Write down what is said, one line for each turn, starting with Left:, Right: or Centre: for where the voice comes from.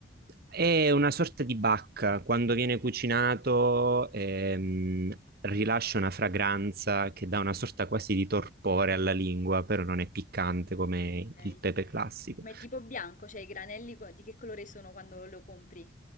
Right: È una sorta di bacca, quando viene cucinato ehm, rilascia una fragranza che dà una sorta quasi di torpore alla lingua, però non è piccante come
Left: Ok.
Right: il pepe classico.
Left: Ma è tipo bianco, cioè i granelli co- di che colore sono quando lo compri?